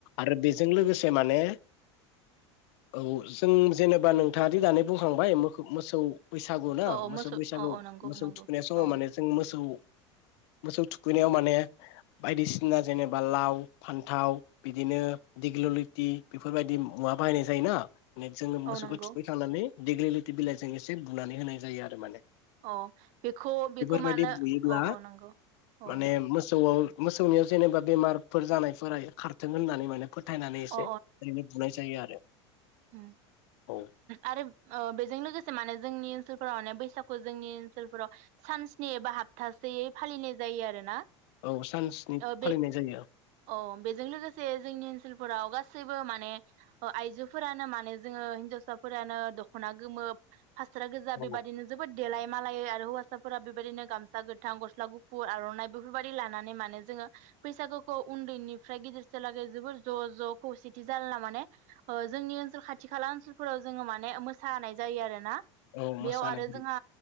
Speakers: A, on the left (about 65°); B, on the right (about 55°).
A: आरो बेजों लोगोसे माने औ जों जेनेबा नोंथाङादि दानि बुंखांबाय मो-मोसौ बैसागु ना
B: औ औ
A: मोसौ बैसागु
B: औ औ नंगौ
A: मोसौ
B: नंगौ
A: थुखैनाय समाव
B: औ
A: माने मोसौ मोसौ थुखैनायाव माने बायदिसिना जेनेबा लाव फान्थाव बिदिनो दिग्ल लथि बेफोरबायदि मुवा बाहायनाय जायोना? जोङो मोसौखौ
B: औ नंगौ
A: थुखैखांनानै दिगलिलिटि बिलाइजों एसे बुनानै होनाय जायो आरो माने
B: अ बेखौ बेखौ
A: बेबायदि
B: मानो
A: बुयोब्ला
B: औ औ नंगौ औ
A: माने मोसौआव मोसौनियाव जेनेबा बेमारफोर जानायफोरा खारथों होननानै माने फोथायनानै एसे
B: अ
A: ओरैनो बुंनाय जायो आरो।
B: ओं
A: औ
B: आरो ओंबेजों लोगोसे माने जों जोंनि ओनसोलफोराव माने बैसागु जोंनि ओनसोलफोराव सानस्नि एबा हाबथासेयै फालिनाय जायो आरो ना।
A: औ सानस्नि
B: ओ
A: फालिनाय
B: बे
A: जायो
B: औ बेजों लोगोसे जोंनि ओनसोलफोराव गासै सैबो माने आइजो फोरानो माने जोङो हिनजावसाफोरानो दख'ना गोमो हासारा गोजा
A: औ
B: बेबादिनो जोबोद देलाय मालायायो आरो हौवासा साफोरा बेबायाददिनो गामसा गोथां गस्ला गुफुर आर'नाइ बेफोरबायाददि लानानै माने जोङो बैसागुखौ उन्दैनिफ्राय गिदिरसेलागै जोबोर ज' ज' खौसेथि जालायना माने ओ जोंनि ओनसोल खाथि खाला ओनसोलफोराव जोङो माने मोसानाय जायो आरो ना।
A: औ मोसानाय
B: बेयाव आरो जोंहा